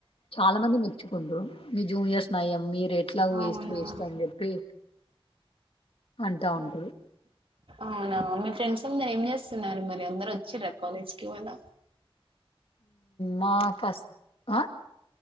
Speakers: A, on the left (about 70°); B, on the right (about 65°).
A: చాలా మంది మెచ్చుకుంటరు మీ జూనియర్ స్ నయం మీ ఎట్లా వేస్ట్
B: అవునా
A: వేస్ట్ అని చెప్పి అంటా ఉంటంది
B: అవునా మీ ఫ్రెండ్స్ అందరు ఏం చేస్తున్నారు మరి అందరు వచ్చార కాలేజ్కిి పోద
A: మా కాస్ ఆ